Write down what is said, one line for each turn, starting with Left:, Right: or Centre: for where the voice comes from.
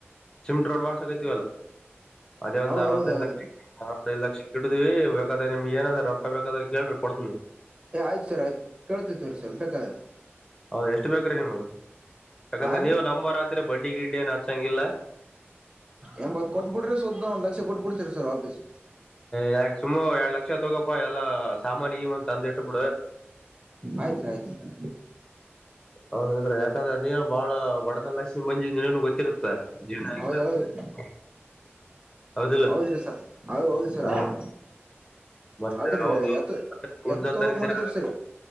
Left: ಸಿಮ್ಡ್ರೋನ್ ಮಾಡಸಕೈತೀವಲ್ಲ. ಅದೇ ಒಂದ್
Right: ಹೌ
Left: ಅರವತ್ತೈದು
Right: ಹೌದೌದ್ರೀ
Left: ಲಕ್ಷ ಅತ್ತೈ್ ಲಕ್ಷ. ಇಡ್ದಿವವಿ ಬೇಕಾದೆ ನಿಮ್ ಏನಾದ್ರ ರೊಕ್ಕ ಬೇಕಾದ್ರೆ ಕೇಳ್ರಿ ಕೊಡ್ತನಿ
Right: ಏ ಆಯ್ತು ಸರ್ ಆಯ್ತು ಕೇಳ್ತಿತ್ತವ್ರೀ ಸರ್ ಬೇಕಾದ
Left: ಹೌ್ ಎಷ್ಟು ಬೇಕ ರೀ ನಿಮ್ಗೆ ಯಾಕಂದ್ರೆ
Right: ಆ ರೀ
Left: ನೀವು ನಮ್ಮ ರಾತ್ರಿ ಬಡ್ಡಿ ಗಿಡ್. ಏನ್ ಆಚಾಗ್ಗಿಲ್ಲ
Right: ಎ ಬತ್ತು ಕೊಟ್ಟಬಡ ರ ಶೋದ ಲಕ್ಷ್ಯ ಕೊಟ್ಟು ಪಡ್ತ ರೀ ಸರ್ ವಾಪೀಸ್
Left: ಯಾ ಸುಮ್ ಎರಡ್ಡು ಲಕ್ಷ ತಗೋಪ್ಪಾ ಎಲ್ಲ ಸಾಮಾನ್ಿಗೆಂದು ತಂದ ಇಟ್ಟು ಬಿಡು.
Right: ಆಯ್ತ್ ರೀ ಆಯ್ತ್ ಸರ್
Left: ಹೌದಲ್ರರಿ ಯಾಕಂದ್ರೆ ನೀವು ಬಾಳ ಬಡತನ ಲಕ್ಷ್ಮಿ ಬಂದಜಿದ ಗೊತ್ತಿರುತ್ತ ಜೀವನ ಹೆಂಗ
Right: ಹೌದ್ ಹೌದ್ರಿ
Left: ಹೌದಿಲ್ಲ
Right: ಹೌದ್ರಿ ಸರ್ ಹೌದ್ ಹೌದು ಸರ್
Left: ಹ
Right: ಹೌದು
Left: ಮತ್ತ
Right: ಆದ್ರಿ
Left: ರತ್ತ
Right: ಎತ್ ಎತ್ ತಗೋಕ್ ಮಾಡಿದೀರಿ
Left: ನಏ
Right: ಸರ್